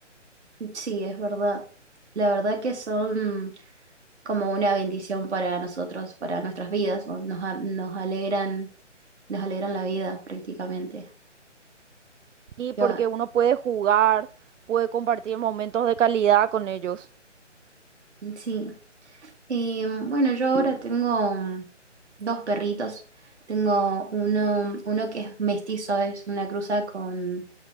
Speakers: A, on the right (about 65°); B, on the right (about 80°).
A: sí, es verdad. La verdad que son como una bendición para nosotros, para nuestras vidas, ¿no? Nos, a- nos alegran, nos alegran la vida prácticamente.
B: Y porque
A: Yo
B: uno puede jugar, puede compartir momentos de calidad con ellos.
A: Sí, Eh, bueno, yo ahora tengo mm, dos perritos. Tengo uno, uno que es mestizo, es una cruza con